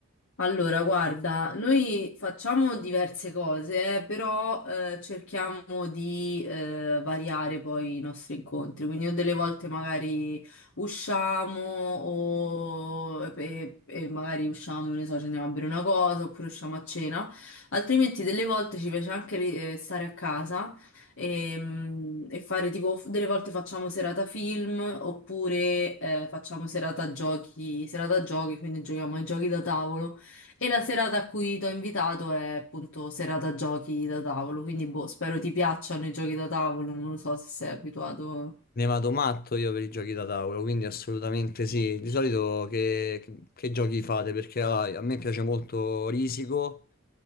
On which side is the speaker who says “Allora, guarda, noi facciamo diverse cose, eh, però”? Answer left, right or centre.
Left